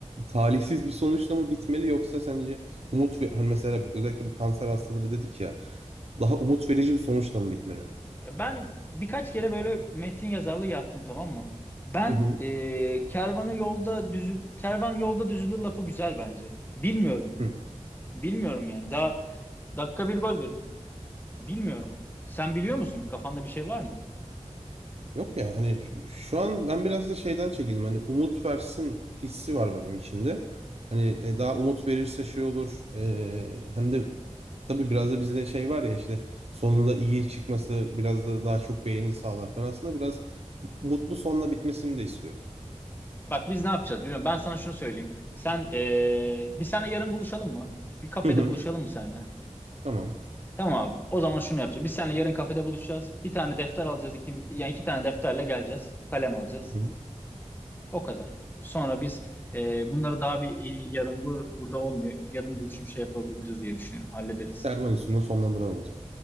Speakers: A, on the right; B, on the left.
A: talihsiz bir sonuçla mı bitmeli yoksa sence umut ve hani mesela özellikle bu kanser hastaları dedik ya daha umut verici bir sonuçla mı bitmeli?
B: Ya ben birkaç kere böyle metin yazarlığı yaptım tamam mı? Ben
A: Hı hı.
B: e, kervanı yolda düzü kervan yolda düzülür lafı güzel bence. Bilmiyorum.
A: Hı.
B: Bilmiyorum yani. Daha dakika bir gol bir. Bilmiyorum. Sen biliyor musun ki kafanda bir şey var mı?
A: Yok ya hani şu an ben biraz da şeyden çekindim. Hani umut versin hissi var benim içinde. Hani e, daha umut verirse şey olur. E, hem de tabii biraz da bizde şey var ya işte sonunda iyi çıkması biraz da daha çok beğeni sağlar. Ben aslında biraz mutlu sonla bitmesini de istiyorum.
B: Bak biz ne yapacağız biliyorum. Ben sana şunu söyleyeyim. Sen e, biz seninle yarın buluşalım mı? Bir kafede
A: Hı hı.
B: buluşalım mı seninle?
A: Tamam.
B: Tamam abi. O zaman şunu yapacağız. Biz seninle yarın kafede buluşacağız. Bir tane defter alacağız. Iki, yani iki tane defterle geleceğiz. Kalem alacağız.
A: Hı hı.
B: O kadar. Sonra biz e, bunları daha bir e, yarın bur burada olmuyor. Yarın buluşup şey yapabiliriz diye düşünüyorum. Hallederiz.
A: Kervan üstünde sonlandıralım o zaman.